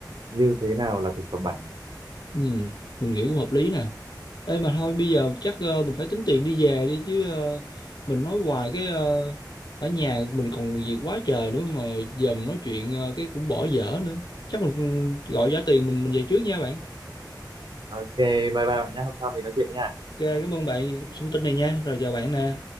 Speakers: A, on the right; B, on the left.
A: như thế nào là thực phẩm bẩn
B: ừ, mình nghĩ cũng hợp lý nè. Ê mà thôi bây giờ chắc ờ, mình phải tính tiền đi về đi chứ ờ, mình nói hoài cái ờ, ở nhà mình còn việc quá trời nữa mà giờ mình nói chuyện ờ, cái cũng bỏ dở nữa. Chắc mình ừ, gọi giá tiền mình mình về trước nha bạn.
A: ok bye bye bạn nhé hôm sau mình nói chuyện nha
B: Ok, cảm ơn bạn thông tin này nha. Rồi chào bạn nè.